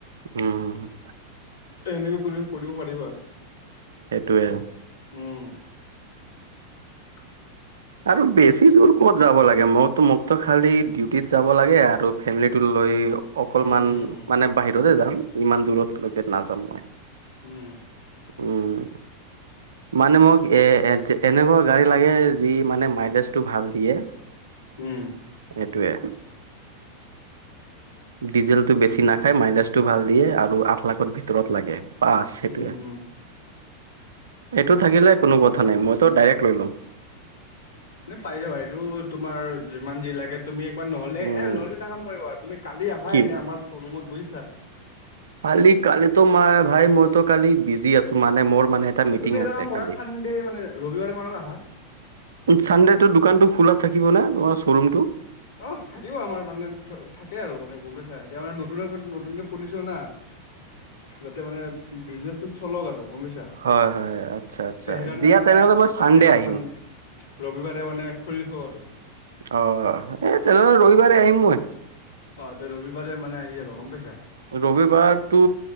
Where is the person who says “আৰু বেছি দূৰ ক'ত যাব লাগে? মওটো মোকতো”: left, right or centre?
Right